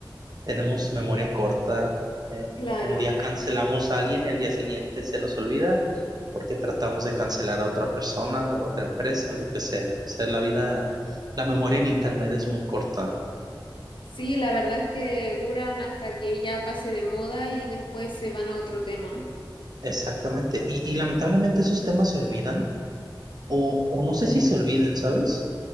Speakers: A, on the right; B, on the left.
A: tenemos memoria corta. eh,
B: Claro.
A: un día cancelamos a alguien y al día siguiente se nos olvida porque tratamos de cancelar a otra persona o a otra empresa, lo que sea. O sea, la vida, la memoria en Internet es muy corta.
B: Sí, la verdad es que duran hasta que ya pase de moda y después se van a otro tema.
A: Exactamente. Y, y lamentablemente esos temas se olvidan o, o no sé si se olviden, ¿sabes?